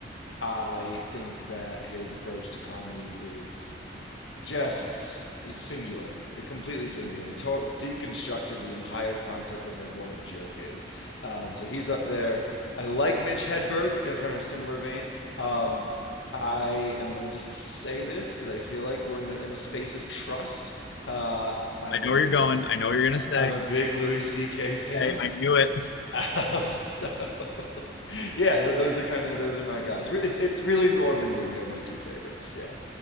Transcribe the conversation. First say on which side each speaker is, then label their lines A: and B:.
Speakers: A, on the left; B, on the left.
A: I think that his approach to comedy is just singular, completely singular. To- deconstructed the entire concept of like what a joke is. Um, so he's up there. I like Mitch Hedberg in a kind of similar vein. Um, I am gonna just say this because I feel like we're in a, in a space of trust. Uh, I'm
B: I know
A: a
B: where
A: big,
B: you're going.
A: Lu-
B: I know what you're gonna
A: I-
B: say.
A: I'm a big Louis C.K. fan.
B: Hey, I knew it. <laughs>
A: Um, so, <laughs> yeah, th- those are kind of those are my guys. Re- It's it's really Norm and Louie are my two favorites. Yeah,